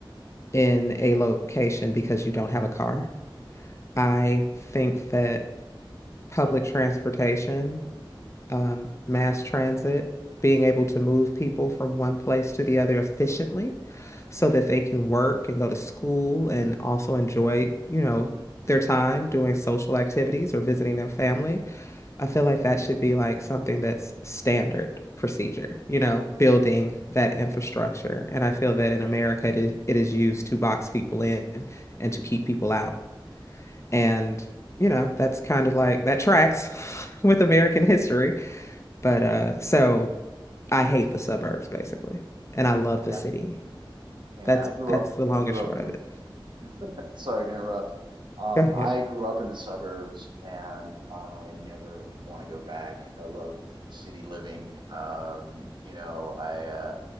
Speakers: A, on the left; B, on the right.
A: in a location because you don't have a car. I think that public transportation um, mass transit, being able to move people from one place to the other efficiently so that they can work and go to school and also enjoy, you know, their time doing social activities or visiting their family. I feel like that should be like something that's standard procedure, you know, building that infrastructure. And I feel that in America, it is, it is used to box people in and to keep people out. And, you know, that's kind of like that tracks <laughs> with American history. But uh, so I hate the suburbs basically, and I love
B: yeah.
A: the city.
B: Yeah.
A: That's
B: I grew
A: that's
B: up.
A: the long
B: I grew
A: and short
B: up in.
A: of it.
B: <laughs> sorry to interrupt. Um,
A: Go ahead.
B: I grew up in the suburbs, and I never want to go back. I love city living. Um, you know, I. Uh,